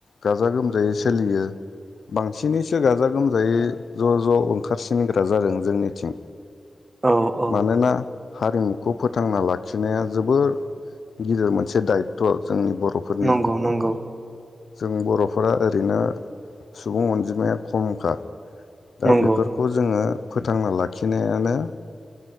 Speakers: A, on the left (about 80°); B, on the right (about 25°).
A: गाजा गोमजायै सोलियो। बांसिनैसो गाजा गोमजायै ज ज ओंखारसिनग्रा जादों जोंनिथिं।
B: औ औ
A: मानोना हारिमुखौ फोथांना लाखिनाया जोबोर गिदिर मोनसे दायथ जोंनि बर'फोरनि
B: नंगौ नंगौ
A: जों बर'फोरा ओरैनो सुबुं अनजिमाया खमखा दा
B: नंगौ
A: बेफोरखौ जोङो फोथांना लाखिनायानो